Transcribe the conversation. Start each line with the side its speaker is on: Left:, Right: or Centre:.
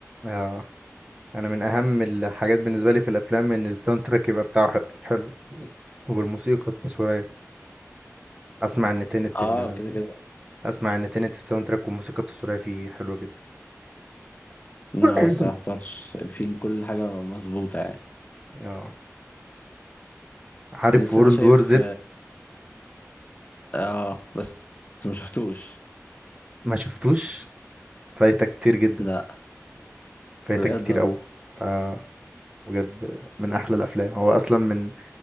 Right: آه. انا من اهم الحاجات بالنسبه لي في الافلام ان الساوند تراك يبقى بتاعه حلو حلو والموسيقى التصويريه اسمع ان تنت
Left: اه
Right: ال...
Left: كده كده
Right: اسمع ان تنت الساوند تراك والموسيقى التصويريه فيه حلوه جدا
Left: لا
Right: <coughs>
Left: بس ما اختارش في كل حاجه مظبوطه يعني
Right: اه عارف
Left: لسه
Right: وورلد
Left: انا شايف
Right: وور زد
Left: اه بس بس ما شفتوش
Right: ما شفتوش فايتك كتير جدا
Left: لا
Right: فايتك
Left: بجد
Right: كتير
Left: والله
Right: قوي آه بجد من احلى الافلام هو اصلا من